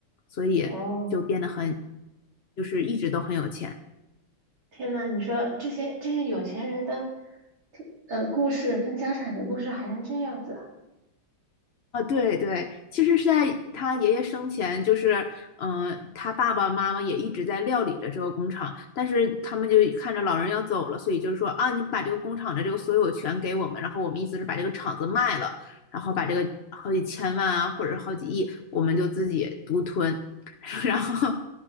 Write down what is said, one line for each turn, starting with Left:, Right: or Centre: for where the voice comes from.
Left: 所以就变得很
Right: 哦，
Left: 就是一直都很有钱。
Right: 天呐，你说这些这些有钱人的，呃，故事分家产的故事还能这样子啊
Left: 啊，对对，其实是在他爷爷生前，就是，嗯、他爸爸妈妈也一直在料理着这个工厂，但是他们就看着老人要走了，所以就是说啊，你把这个工厂的这个所有权给我们，然后我们意思是把这个厂子卖了，然后把这个好几千万啊，或者是好几亿，我们就自己独吞，<laughs> 然后，